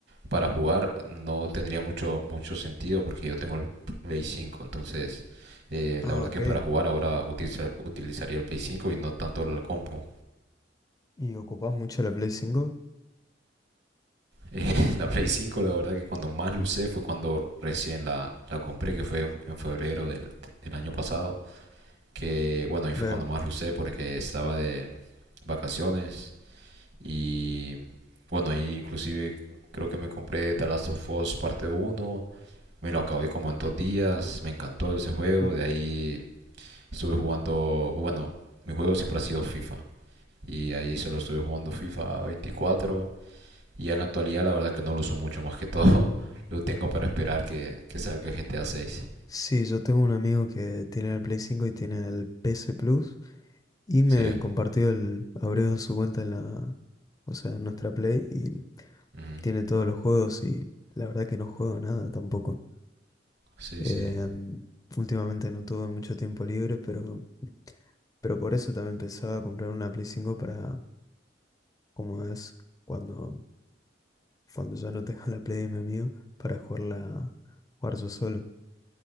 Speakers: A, on the right (about 65°); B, on the left (about 20°).
A: para jugar no tendría mucho, mucho sentido porque yo tengo el Play 5, entonces eh,
B: Ah,
A: la verdad
B: ok.
A: que para jugar ahora utiliza- utilizaría el Play 5 y no tanto la compu.
B: ¿Y ocupás mucho la Play 5?
A: Eh, <laughs> la Play 5 la verdad que cuando más lo usé fue cuando recién la, la compré, que fue en febrero del, del año pasado. Que bueno, ahí fue
B: Veo.
A: cuando más lo usé porque estaba de vacaciones. Y bueno, ahí inclusive creo que me compré The Last of Us parte uno Me lo acabé como en dos días. Me encantó ese juego.
B: <laughs>
A: De ahí estuve jugando, bueno, mi juego siempre ha sido FIFA. Y ahí solo estuve jugando FIFA veinticuatro y ya en la actualidad la verdad que no lo uso mucho, más que todo <laughs> lo tengo para esperar que, que salga GTA 6.
B: Sí, yo tengo un amigo que tiene el Play 5 y tiene el PS Plus y me
A: Sí.
B: compartió el, abrió su cuenta en la, o sea, en nuestra Play y
A: ujú.
B: tiene todos los juegos y la verdad que no juego nada tampoco.
A: Sí,
B: Em,
A: sí.
B: últimamente no tuve mucho tiempo libre, pero, pero por eso también pensaba comprar una Play 5 para, como es, cuando, cuando ya no tenga <laughs> la Play de mi amigo, para jugarla, jugar yo solo.